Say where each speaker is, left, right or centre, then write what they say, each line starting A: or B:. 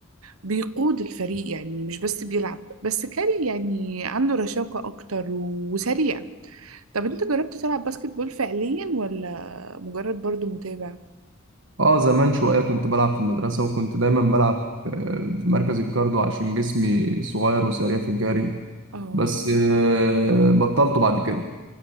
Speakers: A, on the right; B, on the right.
A: بيقود الفريق يعني مش بس بيلعب بس كاري يعني عنده رشاقة أكتر وسريع طب أنت جربت تلعب باسكت بول فعليا ولا مجرد برضو متابع؟
B: اه زمان شوية كنت بلعب في المدرسة وكنت دايما بلعب آه، في مركز الجاردو عشان جسمي صغير وسريع في الجري
A: اه
B: بس آه، بطلته بعد كده